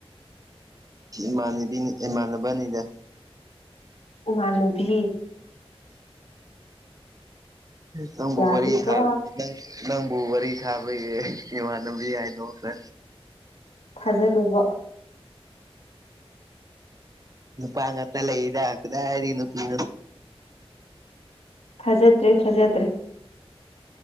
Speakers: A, on the right; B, on the left.
A: ꯅ ꯃꯥꯟꯕꯤꯅꯤ ꯃꯥꯟꯕꯅꯤꯗ
B: ꯎꯃꯅꯕꯤ
A: ꯅꯪꯕꯨ
B: ꯌꯥꯗꯦꯀꯣ
A: ꯋꯥꯔꯤꯔꯤ ꯊꯔ ꯅꯪ ꯅꯪꯕꯨ ꯋꯥꯔꯤ ꯁꯥꯕꯒꯤ ꯏꯃꯥꯟꯅꯕꯤ ꯍꯥꯏꯗꯣꯈ꯭ꯔꯦ
B: ꯊꯥꯖꯗꯕ
A: ꯅꯨꯄꯥꯉ ꯇ ꯂꯩꯗ ꯀꯗ ꯍꯥꯏꯔꯤ ꯅꯨꯄꯤꯤ
B: ꯊꯥꯖꯗ꯭ꯔꯦ ꯊꯥꯖꯗ꯭ꯔꯦ